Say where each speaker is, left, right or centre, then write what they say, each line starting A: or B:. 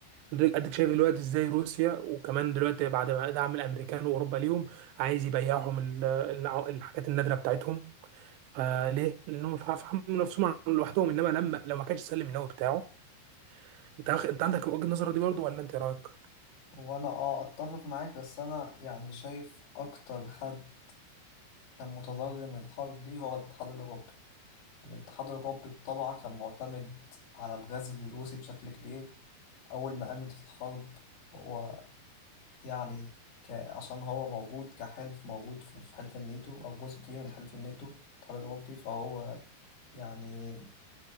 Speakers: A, on the right; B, on the left.
A: أديك أديك شايف دلوقتي إزاي روسيا وكمان دلوقتي بعد ما دعم الأمريكان وأوروبا ليهم عايز يبيعهم ال- الع- الحاجات النادرة بتاعتهم فليه؟ لانهم مش عارف يحملوا نفسهم عن- لوحدهم انما لما لو ما كانش سلم النووي بتاعه انت واخد- انت عندك وجهة النظر دي برضه ولا انت إيه رايك؟
B: وأنا أه أتفق معاك بس أنا يعني شايف أكتر حد كان متضرر من الحرب دي هو الاتحاد الأوروبي الاتحاد الأوروبي بطبعه كان معتمد على الغاز الروسي بشكل كبير أول ما قامت الحرب هو يعني ك... عشان هو موجود كحلف موجود في في حلف الناتو أو جزء كبير من حلف الناتو الاتحاد الأوروبي فهو يعني